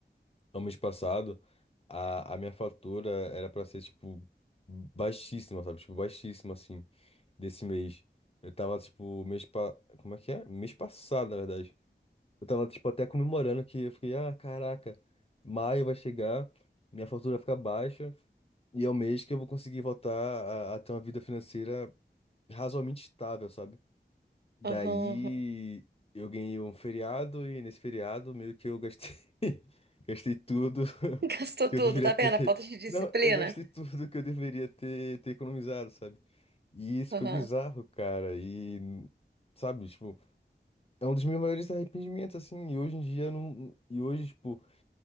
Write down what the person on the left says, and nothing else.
no mês passado, a, a minha fatura era pra ser, tipo, baixíssima, sabe? Tipo, baixíssima, assim, desse mês. Eu tava, tipo, mês pa... Como é que é? Mês passado, na verdade. Eu tava, tipo, até comemorando que eu fiquei, ah, caraca, maio vai chegar, minha fatura vai ficar baixa, e é o mês que eu vou conseguir voltar a, a ter uma vida financeira razoavelmente estável, sabe? Daí
eu ganhei um feriado e nesse feriado meio que eu gastei <laughs> gastei tudo
<laughs>
que
eu deveria
ter.
Não, eu gastei tudo que eu deveria ter, ter economizado, sabe? E isso
foi bizarro, cara. E sabe, tipo, é um dos meus maiores arrependimentos assim, e hoje em dia eu não e hoje, tipo,